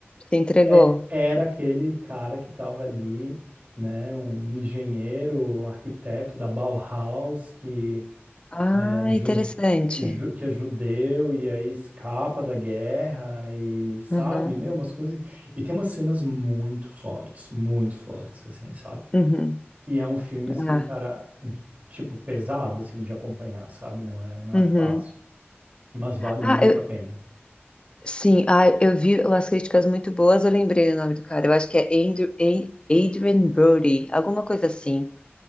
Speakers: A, on the left; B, on the right.
A: se entregou.
B: é- era aquele cara que tava ali, né, um engenheiro, um arquiteto da Bauhaus, que
A: Ah,
B: é, ju-
A: interessante.
B: que ju- que é judeu e aí escapa da guerra e, sabe,
A: Uhum.
B: meu, umas coisas... E tem umas cenas muito fortes, muito fortes, assim, sabe?
A: Uhum.
B: E é um filme,
A: Ah,
B: assim, cara, de- tipo, pesado, assim, de acompanhar, sabe? Não é, não
A: uhum.
B: é fácil. Mas vale
A: Ah,
B: muito
A: eu,
B: a pena.
A: sim, ah, eu vi umas críticas muito boas, eu lembrei o nome do cara. Eu acho que é Andrew, An- Adrien Brody, alguma coisa assim,